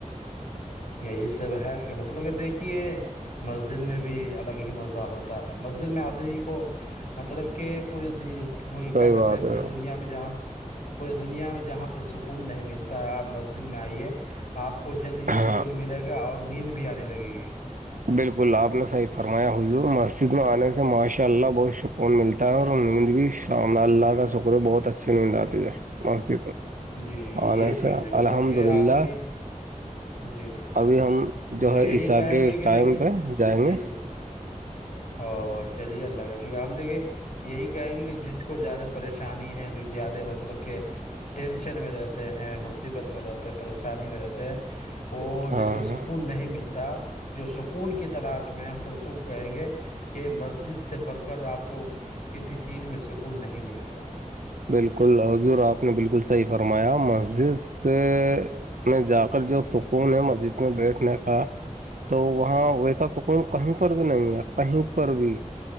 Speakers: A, on the left; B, on the right.
A: یہی سب ہے کہ مطلب کہ دیکھیے مسجد میں بھی الگ ہی مزہ ہوتا ہے مسجد میں آدمی کو مطلب کہ پورے
B: صحیح
A: کیا کہتے
B: بات ہے
A: پورے دنیا میں جہاں <inaudible> دنیا میں جہاں پہ سکون نہیں ملتا آپ مسجد میں آئی ہے آپ کو جلد ہی
B: ہاں
A: شکر کون ملے گا اور نیند بھی آنے لگے گی
B: بالکل آپ نے سح فرمایا حضور مسجد میں آنے سے ماشاء اللہ بہت شکر کوون ملتا ہے اور نیند بھی شام اللہ اللہ کا شکر ہے بہت اچھی نیند آتی ہے مج
A: جی
B: آنے
A: یہ
B: سے
A: چیز ہے مطلب
B: الحمد
A: کہ
B: للہ
A: آدمی جی
B: ابھی ہم
A: ہم
B: جو
A: تو یہی
B: ہے عیسا
A: کہیں
B: کے
A: گے کہ
B: ٹائم
A: دیکھیے
B: پہ جائیں
A: جی
B: گے
A: جی او چلیے اللہ کا شکرہ ہم دیکھے یہی کہیں گے کہ جس کو زیادہ پریشانی ہے جو زیادہ مطلب کہ ٹینشن میں رہتے ہیں مصیبت میں رہتے ہیں پریشانی میں رہتے ہیں وہ
B: ہاں
A: جس کو سکون
B: ہاں
A: نہیں ملتا جو سکون کی تلاش میں ہم تو اس کو کہیں گے کہ مسجد سے بڑھ کر آپ کو کسی چیز میں سکون نہیں ملے گا
B: بالکل ہضور آپ نے بالکل صحیح فرمایا مسجد سے میں جا کر جو سکون ہے مسجد میں بیٹھنے کا تو وہاں ویسا سکون کہیں پر بھی نہیں ہے ا پرر بھی